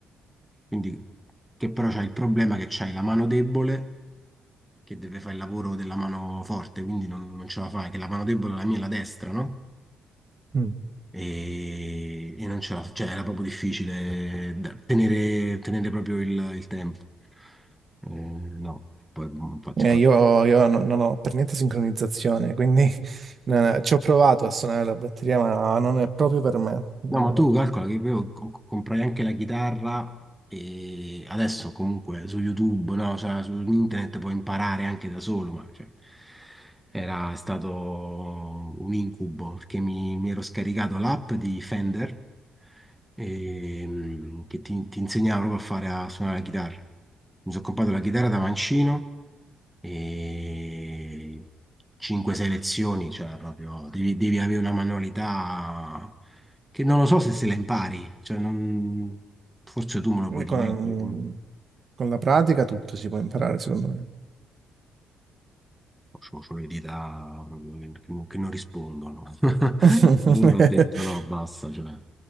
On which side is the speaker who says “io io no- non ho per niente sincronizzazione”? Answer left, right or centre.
Right